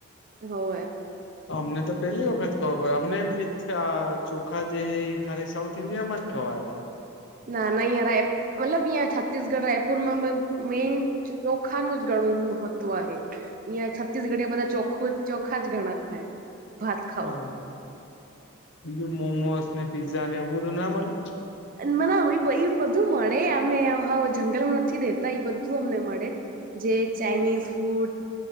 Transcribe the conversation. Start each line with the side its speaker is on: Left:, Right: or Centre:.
Right: હોવવે.
Left: તો અમને તો પેલી વખત ખબર પડે અમને એમ કે આ ચોખા જે એ ખાલી સાઉથ ઈન્ડિયામાં જ ખવાય.
Right: ના ના મતલબ યા છત્તીસગઢ રાયપુરમાં મેન. ચોખાનું જ ઘણું મહત્વ હે. અહીંયા છત્તીસગઢે બધા ચોખુજ ચોખાજ ઘરમાં ખાય. ભાત ખાવું
Left: હા બીજું મોમોસ ને પીઝઝા ને એવું બધું ના મળે.
Right: ના ભઈ મને બધું મળે અમે હ જંગલમાં નથી રેતા અહીં બધું અમને મળે. જે Chinese food,